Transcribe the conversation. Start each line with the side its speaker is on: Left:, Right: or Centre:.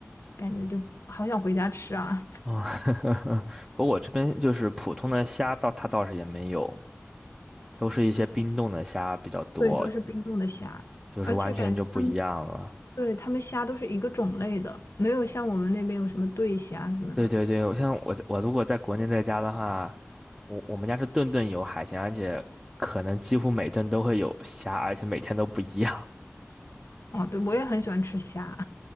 Left: 感觉就好想回家吃啊。
Centre: <laughs> 啊，<laughs> 不过我这边就是普通的虾倒它倒是也没有，都是一些冰冻的虾比较多，
Left: <laughs> 对，都是冰冻的虾，
Centre: 就是完全就不一样了。
Left: 而且感觉他们。对，他们虾都是一个种类的，没有像我们那边有什么对虾什么的。
Centre: 对对对，我像我我如果在国内在家的话，我我们家是顿顿有海鲜，而且可能几乎每顿都会有虾，而且每天都不一样。
Left: 哦，对，我也很喜欢吃虾，